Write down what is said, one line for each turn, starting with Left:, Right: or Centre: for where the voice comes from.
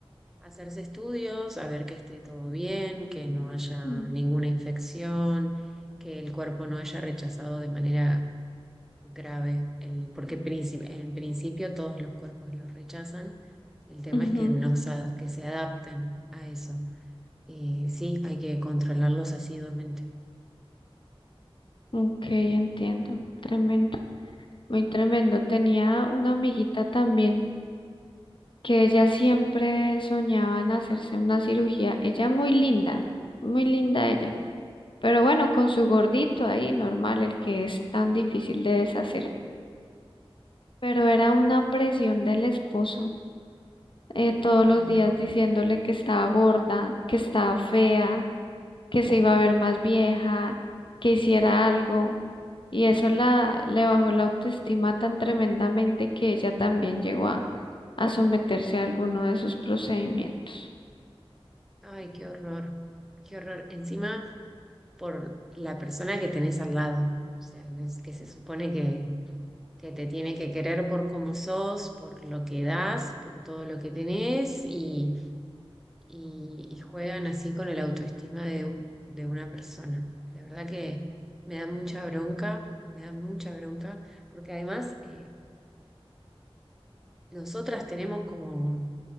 Centre: hacerse estudios, a ver que esté todo bien, que no haya
Left: Mm,
Centre: ninguna infección, que el cuerpo no haya rechazado de manera grave, el, porque princip- en principio todos los cuerpos los rechazan, el tema
Left: ujú,
Centre: es que, no, sa- que se adapten a eso. Y sí, hay que controlarlos asiduamente.
Left: Ok, entiendo. Tremendo, muy tremendo. Tenía una amiguita también que ella siempre soñaba en hacerse una cirugía. Ella muy linda, muy linda ella. Pero bueno, con su gordito ahí, normal, el que es tan difícil de deshacer. Pero era una presión del esposo. eh, todos los
Centre: Ay,
Left: días
Centre: no.
Left: diciéndole que estaba gorda, que estaba fea, que se iba a ver más vieja, que hiciera algo. Y eso la, le bajó la autoestima tan tremendamente que ella también llegó a, a someterse a alguno de esos procedimientos.
Centre: Ay, qué horror. Qué horror. Encima... por la persona que tenés al lado. O sea, no es que se supone que, que te tiene que querer por cómo sos, por lo que das, por todo lo que tenés y, y- y juegan así con el autoestima de, un- de una persona. La verdad que me da mucha bronca, me da mucha bronca, porque además eh, nosotras tenemos como